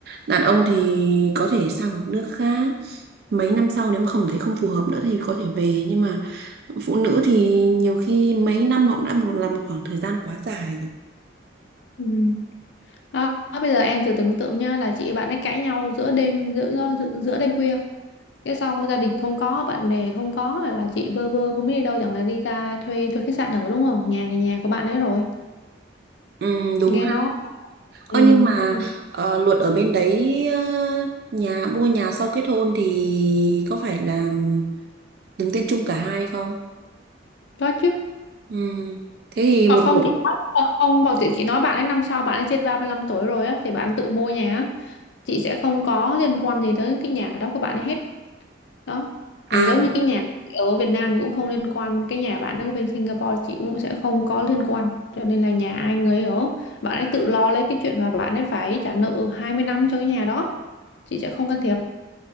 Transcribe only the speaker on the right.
Đàn ông thì có thể sang một nước khác mấy năm sau nếu mà không thấy không phù hợp nữa thì có thể về nhưng mà phụ nữ thì nhiều khi mấy năm nó cũng đã một, là một khoảng thời gian quá dài rồi.
Ừ, đúng
ha.
Ơ
nhưng mà
ờ, Luật ở bên đấy ờ, nhà mua nhà sau kết hôn thì có phải là đứng tên chung cả hai không?
Ừ. Thế thì một
nửa
à